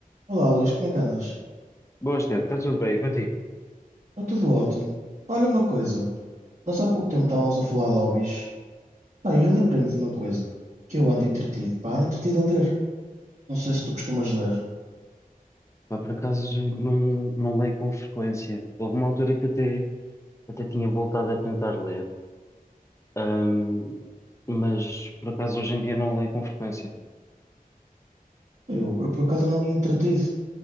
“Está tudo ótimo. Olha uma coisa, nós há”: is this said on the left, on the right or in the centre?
Right